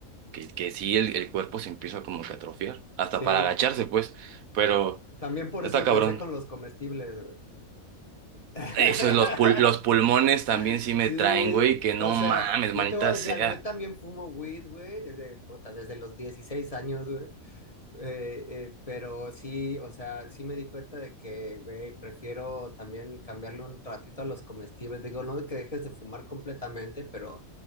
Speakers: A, on the right (about 80°); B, on the left (about 25°).
A: Que, que sí, el, el cuerpo se empieza como que a atrofiar. Hasta
B: Sí,
A: para agacharse, pues. Pero
B: también por
A: está
B: eso empecé
A: cabrón.
B: con los comestibles, güey. <laughs>
A: Eso, los, pul- los pulmones también sí me
B: Sí,
A: traen, güey, que no
B: o sea,
A: mames,
B: yo
A: manita
B: te voy a decir
A: sea.
B: algo, yo también fumo weed, güey, desde, puta, desde los 16 años, güey. Eh, eh, pero sí, o sea, sí me di cuenta de que, güey, prefiero también cambiarle un ratito a los comestibles. Digo, no de que dejes de fumar completamente, pero